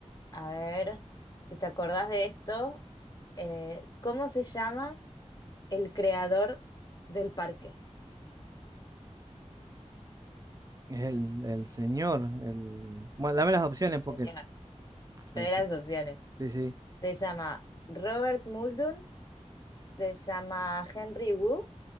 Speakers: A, on the left; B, on the right.
A: a ver, si te acordás de esto, eh, ¿cómo se llama el creador del parque?
B: el, el señor, el... Bueno, dame las opciones
A: El señor.
B: porque...
A: Te
B: el-
A: doy
B: sí,
A: las opciones.
B: sí, sí.
A: ¿Se llama Robert Muldoon? ¿Se llama Henry Wu?